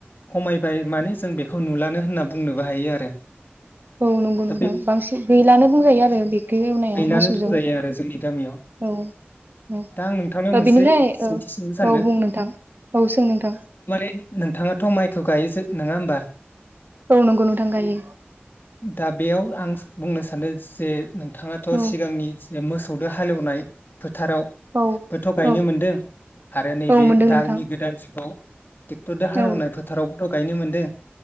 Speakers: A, on the left (about 50°); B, on the right (about 55°).
A: खमायबाय माने जों बेखौ नुलानो होनना बुंनोबो हायो आरो
B: औ नंगौ नोंथां
A: दा बे
B: बांसिन गैलानो बुंजायो आरो बेखौ एवनाया
A: गैलानो
B: मोसौजों
A: बुंजायो आरो जोंनि गामियाव
B: औ औ
A: दा आं नोंथांनाव
B: औ
A: मोनसे
B: बेनिफ्राय
A: सोंथि
B: औ
A: सोंनो सानदों
B: औ बुं नोंथां औ सों नोंथां
A: माने नोंथाङाथ' माइखौ गायो जो नङा होमबा
B: औ नंगौ नोंथां गायो
A: दा बेयाव आं बुंनो सानो जे नोंथाङाथ'
B: औ
A: सिगांनि मोसौजों हालेवनाय फोथारावबोथ'
B: औ
A: गायनो
B: औ
A: मोनदों आरो नैबे
B: औ मोनदों
A: दानि
B: नोंथां
A: गोदान जुगाव टेक्टरजो हालेवनाय
B: औ
A: फोथाराव थ' गायनो मोनदों